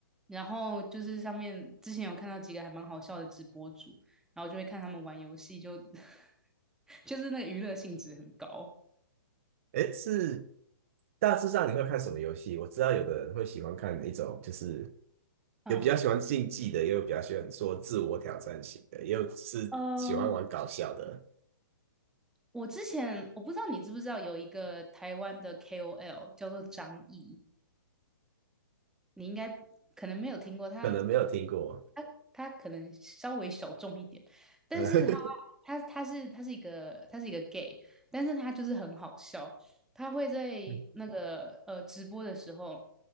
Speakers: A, in the centre; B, on the right.
A: 然后就是上面之前有看到几个还蛮好笑的直播主，然后就会看他们玩游戏就，就 <laughs> 就是那个娱乐性质很高。
B: 哎，是大致上你会看什么游戏？我知道有的人会喜欢看一种就是。
A: 嗯，
B: 有比较喜欢竞技的，也有比较喜欢说自我挑战型的，也有是喜欢玩搞笑的，
A: 呃，我之前我不知道你知不知道有一个台湾的 KOL 叫做张译，你应该可能没有听过，他
B: 可能没有听过。
A: 他他可能稍微小众一点，但是他他他是他是一个他是一个
B: <laughs>
A: gay，但是他就是很好笑，他会在那个呃直播的时候。
B: 嗯